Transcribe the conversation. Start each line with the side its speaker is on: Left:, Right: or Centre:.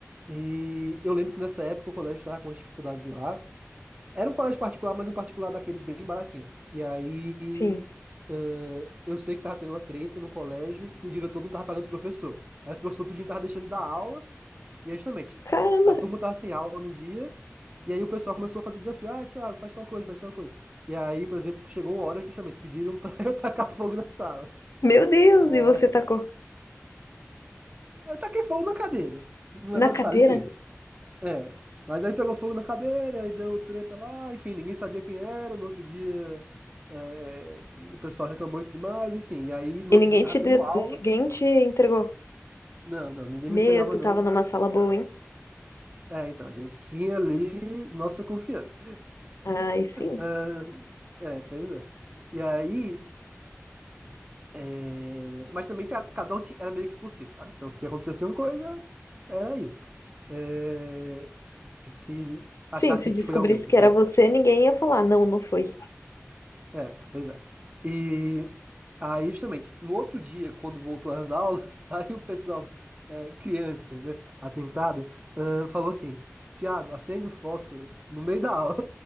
Right: e eu lembro que nessa época o colégio estava com as dificuldades lá. Era um colégio particular, mas um particular daqueles bem baratinho. E aí.
Left: sim.
Right: eh, eu sei que tava tendo uma treta no colégio que o diretor não tava pagando os professores. Aí os professores tudinho tava deixando de dar aula, e aí justamente,
Left: Caramba,
Right: a turma tava sem aula no dia, e aí o pessoal começou a fazer desafio, ah, Thiago, faz tal coisa, faz tal coisa. E aí, por exemplo, chegou uma hora que justamente pediram pra <laughs> eu tacar fogo na sala.
Left: meu Deus,
Right: Ah,
Left: e você tacou
Right: eu taquei fogo na cadeira, não
Left: na
Right: é na
Left: cadeira?
Right: sala inteira. É, mas aí pegou fogo na cadeira, aí deu treta lá, enfim, ninguém sabia quem era, no outro dia... eh, eh, o pessoal reclamou e tudo mais, enfim. E aí, no
Left: E
Right: outro
Left: ninguém
Right: dia, tava
Left: te
Right: tendo
Left: de-
Right: aula.
Left: ninguém te entregou.
Right: Não, não, ninguém
Left: Meu,
Right: me entregava,
Left: tu
Right: não.
Left: tava numa sala boa, hein?
Right: É, então, a gente tinha ali nossa confiança.
Left: Ai, sim.
Right: Ah, é, pois é. E aí, é, mas também ca- cada um ti- era meio que por si, sabe? Então, se acontecesse uma coisa, era isso. É, tipo, se
Left: Sim,
Right: achasse
Left: se descobrisse
Right: que foi alguém,
Left: que
Right: sabe?
Left: era você, ninguém ia falar, não, não foi.
Right: É, pois é. E aí, justamente, no outro dia, quando voltou às aulas, <laughs> aí o pessoal, é, criança, né, atentada, ah, falou assim: Tiago, acende o fósforo no meio da aula.